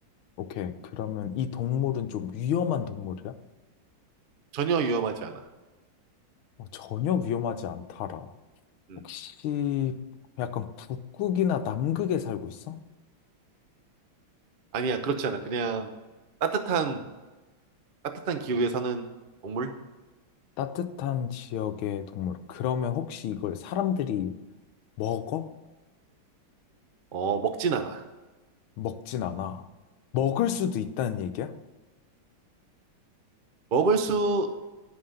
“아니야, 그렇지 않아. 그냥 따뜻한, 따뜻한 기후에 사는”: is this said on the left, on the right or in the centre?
Right